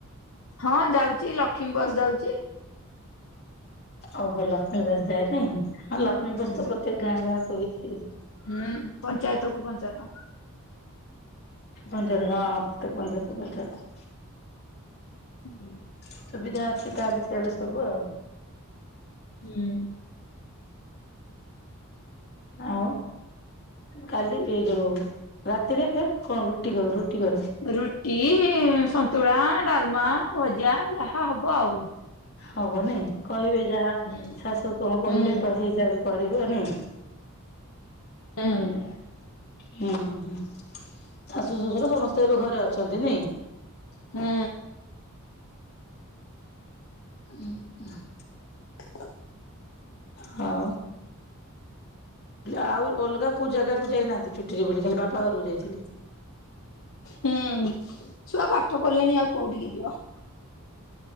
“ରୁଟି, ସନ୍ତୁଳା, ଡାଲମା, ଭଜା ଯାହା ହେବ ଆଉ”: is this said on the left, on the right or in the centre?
Left